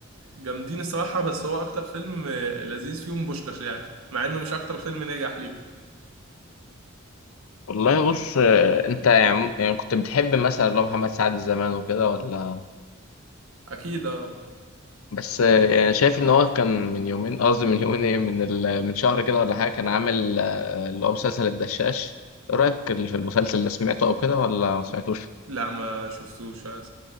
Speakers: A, on the right; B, on the left.
A: جامدين الصراحة بس هو أكتر فيلم آه، لذيذ فيهم بوشكاش يعني مع إنه مش أكتر فيلم نجح ليه
B: والله بص آه، انت يعني يعني كنت بتحب مثلا لو محمد سعد زمان وكده ولا
A: أكيد آه.
B: بس آه، يعني شايف ان هو كان من يومين قصدي من يومين ايه من ال... من شهر كده ولا حاجه كان عامل آه، اللي هو مسلسل الدشاش ايه رايك في المسلسل اللي سمعته او كده ولا ما سمعتوش
A: لا ما شفتوش آه،